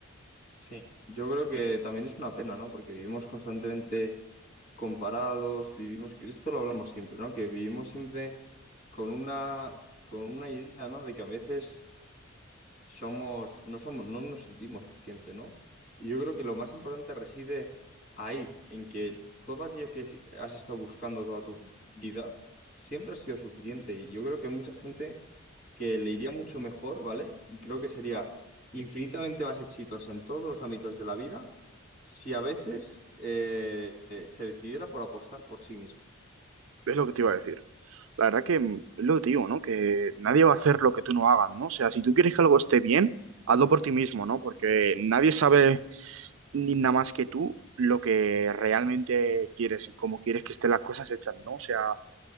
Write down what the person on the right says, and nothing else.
Es lo que te iba a decir. La verdad que mm, es lo que te digo, ¿no? Que nadie va a hacer lo que tú no hagas, ¿no? O sea, si tú quieres que algo esté bien, hazlo por ti mismo, ¿no? Porque nadie sabe ni nada más que tú lo que realmente quieres y cómo quieres que estén las cosas hechas, ¿no? O sea,